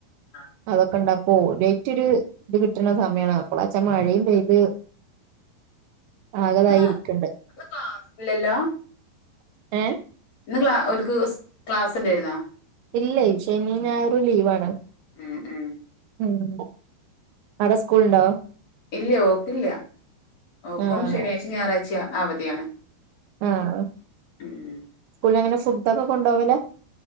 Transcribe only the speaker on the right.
അതൊക്കെണ്ട പ്പോ ലൈറ്റ് ഒര് ഇത് കിട്ടണ സമയാണ് അപ്പൊളാച്ചാ മഴയും പെയ്ത് ആകതായിരിക്ക്ണ്ട്
ഏഹ്
ഇല്ലെയ്‌ ശനി, നായറും ലീവാണ്
ഉം അടെ സ്ക്കുള്ണ്ടോ?
ആഹ്
ആഹ്
സ്കൂളില് എങ്ങനെ ഫുഡൊക്കെ കൊണ്ടോ വലാ